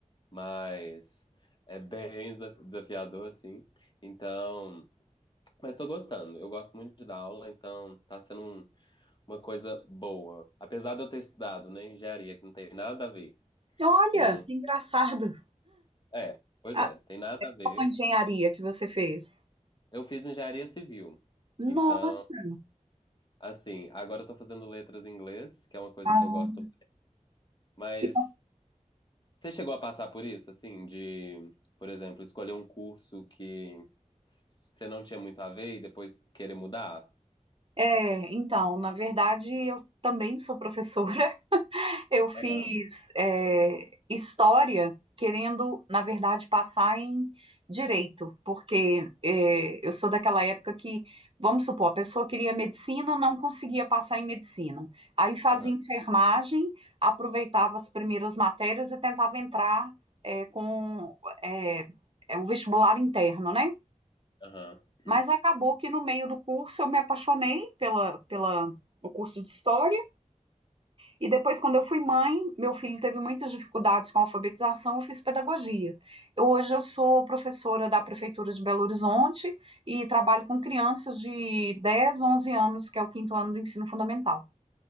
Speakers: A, on the left (about 35°); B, on the right (about 45°).
A: Mas é bem <laughs> desa- desafiador, assim. Então, mas tô gostando. Eu gosto muito de dar aula, então tá sendo um- uma coisa boa. Apesar de eu ter estudado, né, engenharia, que não tem nada a ver
B: Olha,
A: com.
B: que engraçado.
A: É, pois
B: A,
A: é, tem nada a ver.
B: a engenharia que você fez.
A: Eu fiz engenharia civil.
B: Nossa,
A: Então, assim, agora eu tô fazendo letras em inglês, que é uma coisa
B: Ah,
A: que eu gosto, mas
B: que bom.
A: Você chegou a passar por isso, assim, de, por exemplo, escolher um curso que você não tinha muito a ver e depois querer mudar?
B: É, então, na verdade, eu também sou professora. Eu fiz
A: Aham,
B: é, história querendo, na verdade, passar em direito, porque é, eu sou daquela época que, vamos supor, a pessoa queria medicina, não conseguia passar em medicina. Aí fazia
A: aham,
B: enfermagem, aproveitava as primeiras matérias e tentava entrar é, com é, é, o vestibular interno, né?
A: aham. Hum.
B: Mas acabou que no meio do curso eu me apaixonei pela, pela, o curso de história. E depois, quando eu fui mãe, meu filho teve muitas dificuldades com a alfabetização, eu fiz pedagogia. Eu- hoje eu sou professora da Prefeitura de Belo Horizonte e trabalho com crianças de 10, 11 anos, que é o quinto ano do ensino fundamental.